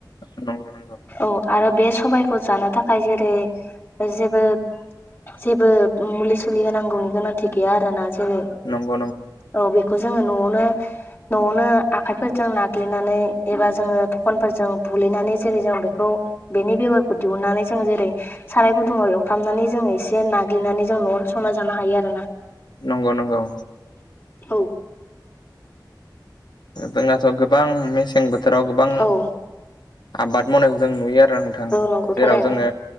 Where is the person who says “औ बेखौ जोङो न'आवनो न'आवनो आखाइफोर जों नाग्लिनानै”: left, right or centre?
Left